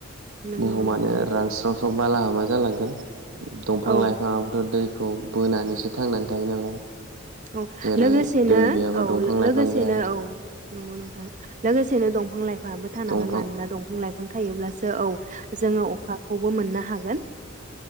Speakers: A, on the right; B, on the right.
A: नंगौ
B: बुहुमानो
A: नोंथां
B: रानस्राव बालाहाबा जालांगोन। दंफां
A: औ
B: लाइफाङाबोथ दै खौ बोनानैसो थांनानै थायो नालाय।
A: औ
B: जेरै
A: लोगोसे
B: दै
A: नो
B: गैयाबा
A: औ
B: दंफां लाइफां
A: लोगोसेनो
B: गैया
A: औ नंगौ नोंथां। लोगोसेनो दंफां लाइ फाङाबो थानांगोन
B: दंफां
A: मानोना दंफां लाइ थायोब्ला औ जोङो अखाखौ मोननो हागोन।